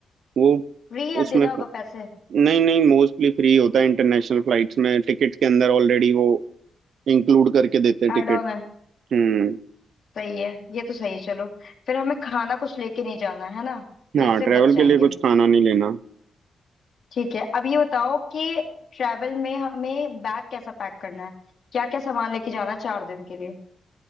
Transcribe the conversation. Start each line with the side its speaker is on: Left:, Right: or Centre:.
Right: वो
Left: फ्री आप
Right: उसमें
Left: देना होगा पैसे
Right: नहीं नहीं मोस्टली फ्री होता है इंटरनेशनल फ्लाइट्स में टिकट के अंदर ऑलरेडी वो इंक्लूड करके देते हैं
Left: एड
Right: टिकट
Left: ऑन है
Right: हम्म
Left: सही है ये तो सही है चलो फिर हमें खाना कुछ लेके नहीं जाना है है ना तो
Right: हाँ
Left: इससे
Right: ट्रेवल
Left: बच जाएंगे
Right: के लिए कुछ खाना नहीं लेना
Left: ठीक है अब ये बताओ कि ट्रैवल में हमें बैग कैसा पैक करना है क्या क्या सामान लेके जाना है चार दिन के लिए